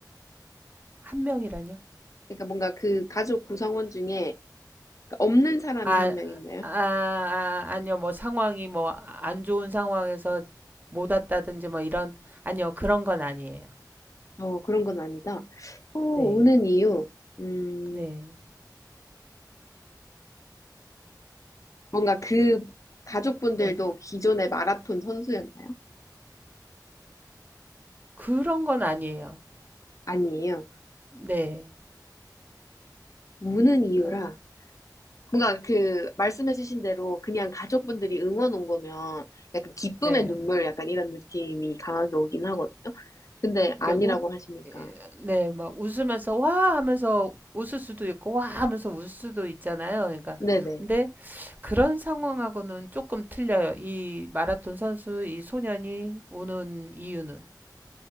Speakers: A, on the right; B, on the left.
A: 한 명이라뇨?
B: 그러니까 뭔가 그 가족 구성원 중에 그러니까 없는 사람이
A: 아
B: 한 명 있나요?
A: 아 아 아니요. 뭐 상황이 뭐 안 좋은 상황에 못 왔다든지 뭐 이런 아니요. 그런 건 아니에요.
B: 어, 그런 건 아니다. 어, 오는
A: 네.
B: 이유, 음,
A: 네.
B: 뭔가 그 가족분들도
A: 네.
B: 기존의 마라톤 선수였나요?
A: 그런 건 아니에요.
B: 아니에요.
A: 네.
B: 우는 이유라,
A: 그러니까
B: 뭔가 그 말씀해주신 대로 그냥 가족분들이 응원 온 거면 약간 기쁨의
A: 네.
B: 눈물 약간 이런 느낌이 강하게 오긴 하거든요. 근데
A: 이렇게
B: 아니라고
A: 웃예
B: 하시니까.
A: 네. 막 웃으면서 "와." 하면서 웃을 수도 있고 "와." 하면서 울 수도 있잖아요. 그러니까
B: 네네.
A: 근데 그런 상황하고는 조금 틀려요. 이 마라톤 선수 이 소년이 우는 이유는.